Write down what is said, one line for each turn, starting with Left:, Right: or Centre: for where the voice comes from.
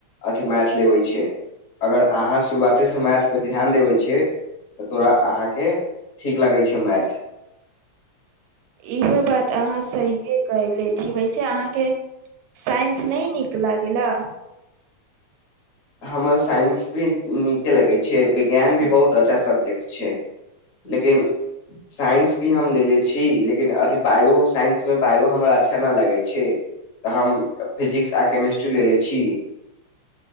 Left: अथी मैथ लेबै छै अगर अहाँ शुरुआते सँ मैथपर ध्यान देबै छियै तऽ तोरा अहाँके ठीक लागे छै मैथ
Right: इहे बात आहाँ सहिए कले छी वैसे आहाँके साइंस नहि नीक लागैला
Left: हमर साइंस भी नीके लगै छै विज्ञान भी बहुत अच्छा सब्जेक्ट छै लेकिन साइंस भी हम ले छी लेकिन अथी बायो साइंस मे बायो हमरा अच्छा नहि लगै छै तऽ हम फिजिक्स आर केमिस्ट्री लेे छीये